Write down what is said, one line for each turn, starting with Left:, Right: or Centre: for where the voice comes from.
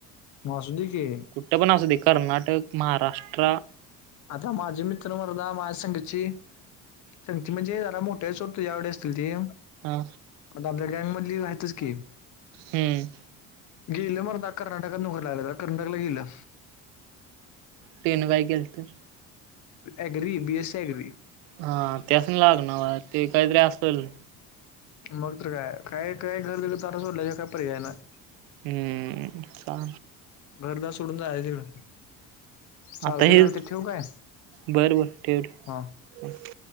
Left: मासुदी कि
Right: तर पण अस दे कर्नाटक महाराष्ट्र
Left: आता माझी मित वरध माझ्या संघची सग त म्हणजे झाला मोठ्याच होर तुझ्या आवडे असतील ते
Right: हा
Left: आता आपल्या गँगमधली वहायचंच की
Right: हम्म
Left: गेलं मर आ कर्नाटक मुघरला आलं तर कर्नाटकला गेलं
Right: ट्रेन बाईक गेलते.
Left: अगरी बीएस सी अगरी
Right: हा त्यास नाही लागणार ते काहीतरी असतल
Left: मग तर काय काय काय घर तारा सोडल्या ज काय पर्याय नाही
Right: हम्म का
Left: घरदा सोडून जाय तिकडं चालते
Right: आता हेच
Left: चालते ठेव काय
Right: बर बर ठेव ठेव
Left: हा
Right: <unintelligible>